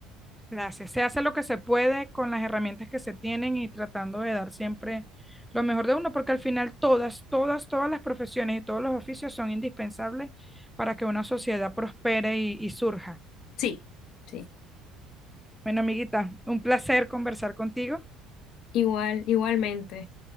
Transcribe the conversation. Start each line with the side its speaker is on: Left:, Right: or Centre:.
Centre: gracias. Se hace lo que se puede con las herramientas que se tienen y tratando de dar siempre lo mejor de uno, porque al final todas, todas, todas las profesiones y todos los oficios son indispensables para que una sociedad prospere y y surja.
Left: Sí, sí.
Centre: Bueno, amiguita, un placer conversar contigo.
Left: Igual, igualmente.